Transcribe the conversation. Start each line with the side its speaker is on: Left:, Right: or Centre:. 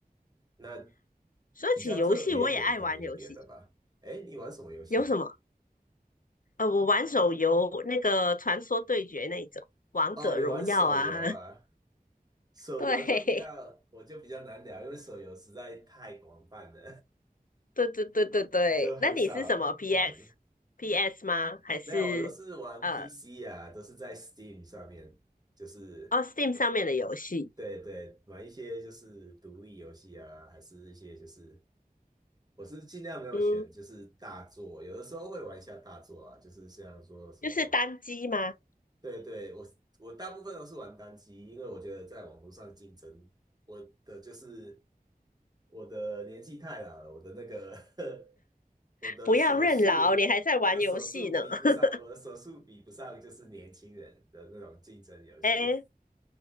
Right: 那
Left: 说起游戏，
Right: 比较特别一点，
Left: 我也爱玩游戏。
Right: 可能有别的吧。哎，你玩什么游戏？
Left: 有什么？呃，我玩手游，那个《传说对决》那一种，《王者荣耀》啊。
Right: 哦，你玩手游啊？
Left: <laughs>
Right: 手游就比较，
Left: 对，
Right: 我就比较难聊，因为手游实在太广泛了，
Left: <laughs> 对对对对对。
Right: <laughs> 我就很少玩。
Left: 那你是什么 PS PS 吗？还是呃，
Right: 没有，我都是玩 PC 啊，都是在 Steam 上面，就是
Left: 哦，Steam 上面的游戏？
Right: 对对，玩一些就是独立游戏啊，还是一些就是我是尽量没有选，
Left: 嗯，
Right: 就是大作，有的时候会玩一下大作啊，就是像说什么，
Left: 就是单机吗？
Right: 对对，我我大部分都是玩单机，因为我觉得在网络上竞争，我的就是我的年纪太老了，我的那个 <laughs> 我的手速，
Left: 不要认老，你还在玩游戏呢。
Right: 我的手速比不上，
Left: <laughs>
Right: 我的手速比不上就是年轻人的那种竞争游戏
Left: 哎，